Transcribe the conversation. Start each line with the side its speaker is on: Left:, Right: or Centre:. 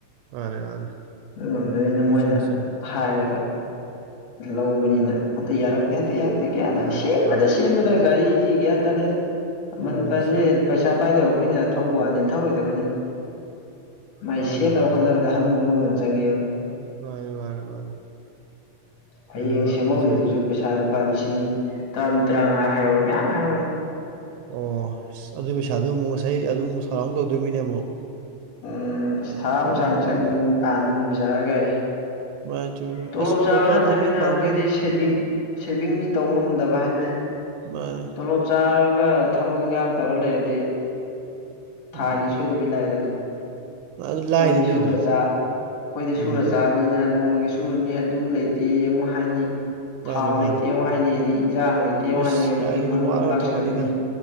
Right: ꯃꯥꯅꯦ ꯃꯥꯅꯦ
Left: ꯑꯗꯨ ꯉꯝꯗꯕꯣꯏꯅ
Right: ꯆꯨꯝꯃꯦ
Left: ꯃꯣꯏꯅ
Right: ꯆꯨꯝꯃꯦ ꯆꯨꯝꯃꯦ
Left: ꯍꯥꯏꯒ ꯂꯧꯕꯅꯤꯅ ꯑꯇꯩ ꯌꯥꯔꯛꯇꯦ ꯑꯇꯩ ꯒ꯭ꯌꯥꯟ
Right: ꯌꯥꯗꯦꯕ
Left: ꯇꯥꯗꯦ ꯁꯦꯝꯃꯗ ꯁꯦꯝꯕꯗ
Right: ꯃꯥꯅꯦ
Left: ꯒꯥꯔꯤꯁꯤ ꯒ꯭ꯌꯥꯟ ꯇꯥꯗꯦ ꯑꯃꯟꯕꯁꯦ
Right: ꯎꯝ ꯁꯤ
Left: ꯄꯩꯁꯥ ꯄꯥꯏꯗꯕ ꯑꯩꯈꯣꯏꯅ ꯊꯧꯕ ꯋꯥꯅꯤ ꯊꯧꯔꯣꯏꯗꯕꯅꯤ ꯃꯥꯏ
Right: ꯃꯥꯅꯦ
Left: ꯁꯦꯝꯅꯕ
Right: ꯃꯥꯅꯦ
Left: ꯍꯣꯠꯅꯕꯗ
Right: ꯃꯥꯅꯦ
Left: ꯍꯟꯕ ꯃꯃꯜ ꯆꯪꯉꯦ
Right: ꯃꯥꯅꯦ ꯃꯥꯅꯦ ꯃꯥꯅꯦ
Left: ꯍꯌꯦꯡ
Right: ꯀꯩꯅꯣ
Left: ꯁꯦꯝꯍꯧꯔꯤꯗꯨꯁꯨ
Right: ꯉꯁꯥꯏꯒꯤ
Left: ꯄꯩꯁꯥ ꯂꯨꯄꯥ ꯂꯤꯁꯤꯡ ꯇꯔꯥ ꯇꯔꯥꯃꯉꯥ ꯍꯥꯏꯍꯧꯔꯦ ꯃꯌꯥꯝ ꯍꯥꯏꯍꯧꯔꯦ
Right: ꯑꯣ ꯑꯗꯨ ꯄꯩꯁꯥꯗꯨꯣ ꯑꯃꯨꯛ ꯉꯁꯥꯏ ꯑꯗꯨꯝꯨ ꯊꯧꯔꯥꯡꯅ ꯇꯧꯗꯣꯏꯅꯤꯅꯦ ꯑꯃꯨꯛ
Left: ꯎ ꯑꯁ ꯊꯥ ꯑꯃꯨꯛ
Right: ꯎꯝ
Left: ꯆꯥꯡ ꯆꯪꯉꯤ ꯑꯃꯨꯛ ꯇꯥꯟꯗꯣꯏꯅꯤ ꯄꯩꯁꯥꯑꯒ ꯑꯩ
Right: <unintelligible>
Left: ꯇꯣꯂꯣꯞ ꯆꯥꯕ
Right: ꯑꯣꯇꯣ
Left: ꯅꯠꯇꯕꯤꯅ
Right: ꯊꯧꯕꯅ ꯐꯔꯕꯖꯥꯠꯅꯤ
Left: ꯑꯩꯈꯣꯏꯗꯤ ꯁꯦꯚꯤꯡ ꯁꯦꯚꯤꯡꯒꯤ ꯇꯧꯕ ꯉꯝꯗꯕ ꯍꯥꯏꯕꯗꯤ
Right: ꯃꯥꯅꯦ
Left: ꯇꯣꯂꯣꯞ ꯆꯥꯔꯒ ꯊꯕꯛ ꯏꯟꯈꯥꯡ ꯇꯧꯔ ꯂꯩꯔꯗꯤ
Right: ꯎꯝ
Left: ꯊꯥꯒꯤ ꯁꯣꯏꯗꯕꯤ ꯂꯥꯛꯏꯗꯥꯅ
Right: ꯑꯗꯨ
Left: ꯑꯩꯈꯣꯏꯗꯤ
Right: ꯂꯥꯏꯗ ꯑꯗꯨꯏꯗꯤ
Left: ꯁꯨꯔꯥ ꯆꯥ ꯑꯩꯈꯣꯏꯗꯤ
Right: ꯎꯝ
Left: ꯁꯨꯔꯥ ꯆꯥꯕꯅꯤꯅ ꯑꯩꯅ ꯅꯣꯡꯃꯒꯤ ꯁꯨꯔꯨꯅꯤ ꯑꯗꯨ ꯂꯩꯇꯦ ꯑꯃꯨꯛ ꯍꯥꯏꯅꯤ
Right: ꯃꯥꯅꯦ
Left: ꯊꯥꯎ
Right: ꯃꯥꯅꯦ
Left: ꯂꯩꯇꯦ ꯑꯃꯨꯛ ꯍꯥꯏꯅꯤ ꯑꯗꯩ ꯏꯟꯖꯥꯡ ꯂꯩꯇꯦ ꯑꯃꯨꯛ
Right: ꯏꯁ
Left: ꯍꯥꯏꯅꯤ ꯑꯗꯥꯒꯤ
Right: ꯀꯥꯏꯗꯩꯅꯣ
Left: ꯃꯔꯨꯞ
Right: ꯋꯥꯒ꯭ꯔꯕ
Left: ꯑꯃꯨꯛ ꯂꯥꯛꯁꯤꯜꯂꯛꯀꯥꯅꯤ
Right: ꯊꯕꯛꯅꯤꯗ